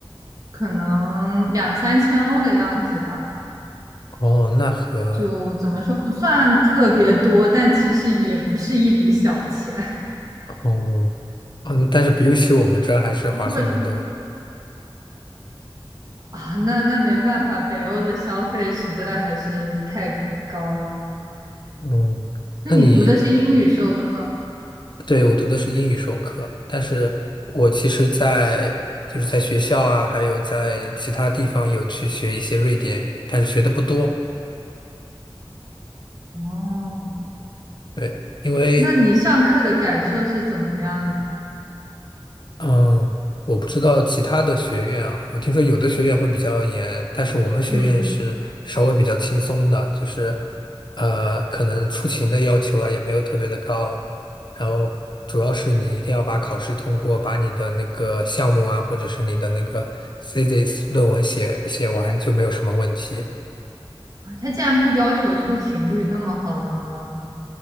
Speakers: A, on the right; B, on the left.
A: 可能两三千欧的样子吧，
B: 哦，那和
A: 就怎么说不算特别多，但其实也不是一笔小钱。<laughs>
B: 哦，嗯，但是比起我们这儿还是划算的多。
A: 如果是。啊，那那没办法，北欧的消费实在还是太高了。
B: 嗯，
A: 那你读的是英语授课
B: 那你，对，我读的是英语授课，但是我其实在，就是在学校啊，还有在其他地方有去学一些瑞典语，但是学的不多。
A: 哦？
B: 对，因为
A: 那你上课的感受是怎么样的？
B: 嗯，我不知道其他的学院啊，我听说有的学院会比较严，但是我们学院是稍微比较轻松的，
A: 嗯，
B: 就是呃，可能出勤的要求啊也没有特别的高，然后主要是你一定要把考试通过，把你的那个项目啊，或者是你的那个 thesis 论文写写完就没有什么问题。
A: 啊他竟然不要求出勤率那么好的吗？